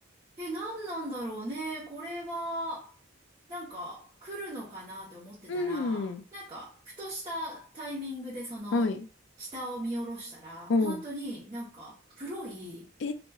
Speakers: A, on the right; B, on the left.
A: え、何なんだろうね。これは、なんか、来るのかなって思ってたら、
B: うん。
A: なんか、ふとしたタイミングでその、
B: はい。
A: 下を見下ろしたら、
B: おう。
A: 本当になんか、黒い
B: え